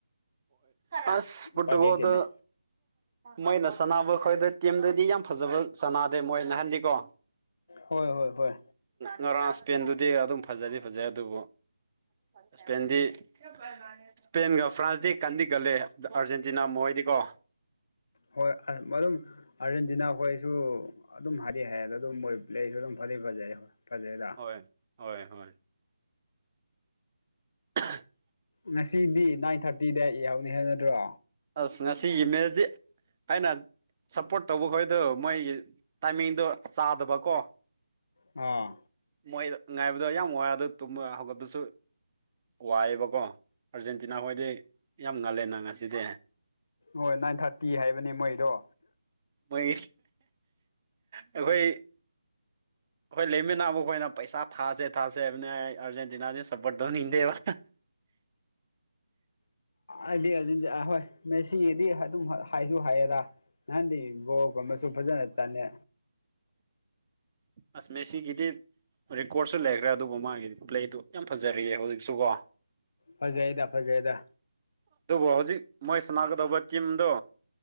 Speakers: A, on the right; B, on the left.
A: ꯍ ꯑꯁ ꯄꯣꯔꯇꯨꯀꯜꯗ
B: ꯎꯄꯥꯏ ꯂꯩꯇꯦꯅꯦ
A: ꯃꯣꯏꯅ ꯁꯥꯟꯅꯕ ꯈꯣꯏꯗ ꯇꯤꯝꯗꯗꯤ ꯌꯥꯝ ꯐꯖꯕ ꯁꯥꯟꯅꯗꯦ ꯃꯣꯏ ꯅꯍꯟꯗꯤꯀꯣ
B: ꯍꯣꯏ ꯍꯣꯏ ꯍꯣꯏ
A: ꯉꯔꯥꯥꯡ ꯁꯄꯦꯟꯗꯨꯗꯤ ꯑꯗꯨꯝ ꯐꯖꯗꯤ ꯐꯖꯩ ꯑꯗꯨꯕꯨ ꯏꯁꯄꯦꯟꯗꯤ ꯏꯁꯄꯦꯟꯒ ꯐ꯭ꯔꯥꯟꯁꯇꯤ ꯀꯟꯗꯤ ꯀꯜꯂꯦ ꯑꯥꯔꯖꯦꯟꯇꯤꯅꯥ ꯃꯣꯏꯗꯤꯀꯣ
B: ꯍꯣꯏ ꯃꯔꯝ ꯑꯥꯔꯖꯦꯟꯇꯤꯅꯥ ꯈꯣꯏꯁꯨ ꯑꯗꯨꯝ ꯍꯥꯏꯗꯤ ꯍꯥꯏ ꯑꯗꯨꯝ ꯃꯣꯏ ꯄ꯭ꯂꯦ ꯑꯩꯁꯨ ꯑꯗꯨꯝ ꯐꯗꯤ ꯐꯖꯩ ꯐꯖꯩꯗ
A: ꯍ ꯍꯣꯏ ꯍꯣꯏ ꯑ <unintelligible>
B: ꯉꯁꯤꯗꯤ ꯅꯥꯏꯟ ꯊꯥꯔꯇꯤꯗ ꯍꯧꯅꯤ ꯍꯥꯏ ꯅꯗ꯭ꯔꯣ
A: ꯑꯁ ꯉꯁꯤꯒꯤ ꯃꯦꯁꯗꯤ ꯍꯥꯏꯅ ꯁꯞꯄꯣꯔꯠ ꯇꯧꯕꯈꯣꯏꯗꯣ ꯃꯣꯏ ꯇꯥꯏꯃꯤꯡꯗꯣ ꯆꯥꯗꯕꯀꯣ
B: ꯑꯥ
A: ꯃꯣꯏ ꯉꯥꯏꯕꯗꯣ ꯌꯥꯝ ꯋꯥ ꯑꯗꯨ ꯇꯨꯝꯕ ꯍꯧꯒꯠꯄꯁꯨ ꯋꯥꯏꯑꯦꯕꯀꯣ ꯑꯔꯖꯦꯟꯇꯤꯅꯥ ꯍꯣꯏꯗꯤ ꯌꯥꯝ ꯉꯜꯂꯦ ꯅꯪ ꯉꯁꯤꯗꯤ
B: ꯍꯣꯏ ꯅꯥꯏꯟ ꯊꯥꯔꯇꯤ ꯍꯥꯏꯕꯅꯤ ꯃꯣꯏꯗꯣ
A: ꯃꯣꯏꯒꯤ ꯑꯩꯈꯣꯏ ꯑꯩꯈꯣꯏ ꯂꯩꯃꯤꯟꯅꯕ ꯈꯣꯏꯅ ꯄꯩꯁꯥ ꯊꯥꯁꯦ ꯊꯥꯁꯦ ꯍꯥꯏꯕꯅꯤ ꯑꯩ ꯑꯥꯔꯖꯦꯟꯇꯤꯅꯥꯗꯤ ꯁꯞꯄꯣꯔꯠ ꯇꯧꯅꯤꯡꯗꯦꯕ
B: ꯑꯗꯨꯗꯤ ꯑꯗꯨꯗꯤꯍꯣꯏ ꯃꯦꯁꯤꯒꯤꯗꯤ ꯑꯗꯨꯝ ꯍꯥꯏꯁꯨ ꯍꯥꯏꯌꯦꯔ ꯅꯍꯥꯟꯗꯤ ꯀꯣꯜ ꯑꯃꯁꯨ ꯐꯖꯅ ꯆꯜꯂꯦ
A: ꯑꯁꯃꯦꯁꯤꯒꯤꯗꯤ ꯔꯦꯀꯣꯔꯠꯁꯨ ꯂꯩꯈ꯭ꯔꯦ ꯑꯗꯨꯕꯨ ꯃꯥꯒꯤꯗꯤ ꯄ꯭ꯂꯦꯗꯨ ꯌꯥꯝ ꯐꯖꯔꯤꯑꯦ ꯍꯧꯖꯤꯛꯁꯨ ꯀꯣ
B: ꯐꯖꯩꯗ ꯐꯖꯩꯗ
A: ꯑꯗꯨꯕꯨ ꯍꯧꯖꯤꯛ ꯃꯣꯏ ꯁꯥꯟꯅꯥꯒꯗꯧꯕ ꯇꯤꯝꯗꯣ